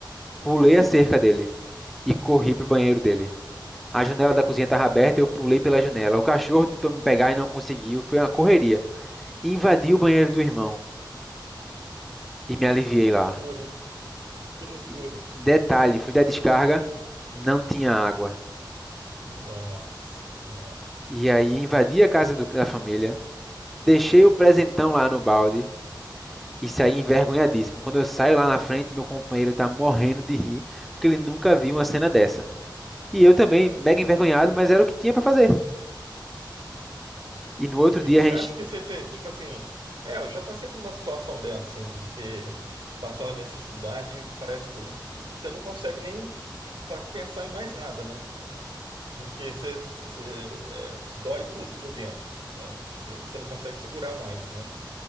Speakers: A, in the centre; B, on the right.
A: Pulei a cerca dele e corri pro banheiro dele. A janela da cozinha estava aberta, eu pulei pela janela. O cachorro tentou me pegar e não conseguiu. Foi uma correria. Invadi o banheiro do irmão e me aliviei
B: Que
A: lá.
B: loucura, hein? Que loucura.
A: E detalhe, fui dar descarga, não tinha água.
B: Nossa senhora.
A: E aí invadi a casa do- da família, deixei o presentão lá no balde e saí envergonhadíssimo. Quando eu saio lá na frente, meu companheiro está morrendo de rir, porque ele nunca viu uma cena dessa. E eu também, mega envergonhado, mas era o que tinha para fazer. E no outro
B: E
A: dia
B: você
A: a gente.
B: acha que você ter, tipo assim, é, eu já passei por uma situação dessa, assim, de ter passado a necessidade, parece que você não consegue nem pa- pensar em mais nada, né? Porque você, você, é, dói tudo por dentro, né? Você, você não consegue segurar mais, né?